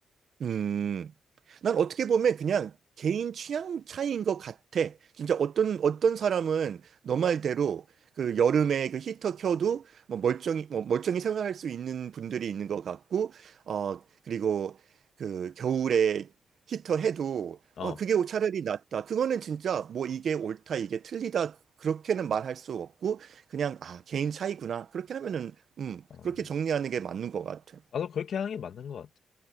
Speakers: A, on the right; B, on the left.
A: 음, 난 어떻게 보면 그냥 개인 취향 차이인 것 같아. 진짜 어떤, 어떤 사람은 너 말대로 그 여름에 그 히터 켜도 뭐 멀쩡히, 뭐 멀쩡히 생활할 수 있는 분들이 있는 것 같고, 어, 그리고 그 겨울에 히터 해도,
B: 어,
A: 어, 그게 차라리 낫다. 그거는 진짜 뭐 이게 옳다, 이게 틀리다. 그렇게는 말할 수 없고, 그냥, 아, 개인 차이구나. 그렇게 하면은, 음,
B: 어,
A: 그렇게 정리하는 게 맞는 것 같아.
B: 나도 그렇게 하는 게 맞는 것 같아.